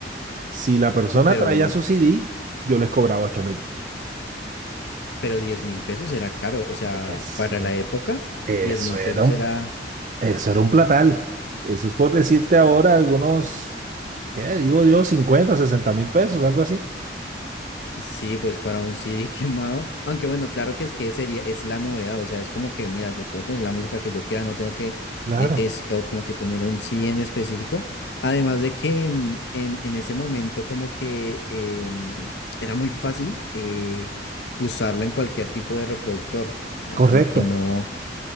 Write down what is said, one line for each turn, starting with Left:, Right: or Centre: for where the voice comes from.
Right: Si la persona
Left: uy, pero,
Right: traía su CD, yo les cobraba ocho mil.
Left: pero diez mil pesos era caro. O sea,
Right: Eso,
Left: para la época, diez
Right: eso
Left: mil
Right: era
Left: pesos
Right: un,
Left: era.
Right: eso era un platal. Eso es por decirte ahora algunos, ¿qué digo yo? cincuenta 60 mil pesos, algo así.
Left: Sí, pues para un CD <laughs> quemado, aunque bueno, claro que es que sería, es la novedad, o sea, es como que, mira, yo puedo tener la música que yo quiera, no tengo que,
Right: Claro,
Left: eh, es o como que tener un CD en específico, además de que mm, en, en ese momento como que eh, era muy fácil eh, usarlo en cualquier tipo de reproductor, o sea,
Right: correcto.
Left: como que no...